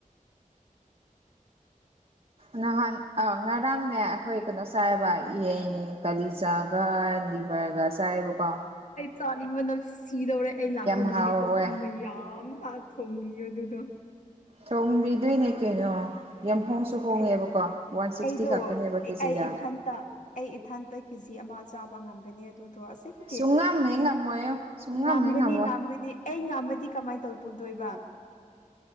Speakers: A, on the right; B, on the left.
A: ꯅꯍꯥꯟ ꯉꯔꯥꯡꯅꯦ ꯑꯩꯈꯣꯏ ꯀꯩꯅꯣ ꯆꯥꯏꯕ ꯌꯦꯟ ꯀꯂꯤ ꯆꯥꯒꯗꯤꯕꯔꯒ ꯁꯥꯍꯦꯕ ꯀꯣ
B: ꯆꯥꯅꯤꯡꯕꯅꯝ ꯁꯤꯗꯧꯔꯦ ꯑꯩ ꯂꯥꯛꯄ
A: ꯍꯥꯎꯋꯦ
B: ꯅꯨꯃꯤꯠꯇ ꯃꯌꯥꯝ ꯃꯥ ꯊꯣꯡꯕꯤ ꯑꯗꯨꯗ
A: ꯊꯣꯡꯕꯤꯗꯣꯏꯅꯦ ꯀꯩꯅꯣ ꯌꯥꯝ ꯍꯣꯡꯁꯨ
B: ꯑꯁ
A: ꯍꯣꯡꯉꯦꯕꯀꯣ ꯋꯥꯟ ꯁꯤꯛꯁꯇꯤ
B: ꯑꯩꯗꯣ
A: ꯈꯛꯇꯅꯦꯕ
B: ꯑꯩ
A: ꯀꯦꯖꯤꯗ
B: ꯑꯩ ꯏꯊꯟꯇ ꯑꯩ ꯏꯊꯟꯇ ꯀꯦ ꯖꯤ ꯑꯃ ꯆꯥꯕ ꯉꯝꯒꯅꯤ ꯑꯗꯨꯗꯣ ꯑꯁꯤꯁꯒꯤ
A: ꯁꯨꯡꯉꯝ ꯍꯦꯛ ꯉꯝꯃꯣꯏꯌꯣ ꯁꯨꯡꯉꯝ
B: ꯉꯝꯒꯅꯤ
A: ꯍꯦꯛ ꯉꯝꯃꯣꯏ
B: ꯉꯝꯒꯅꯤ ꯑꯩ ꯉꯃꯗꯤ ꯀꯃꯥꯏꯅ ꯇꯧ ꯇꯨꯗꯣꯏꯕ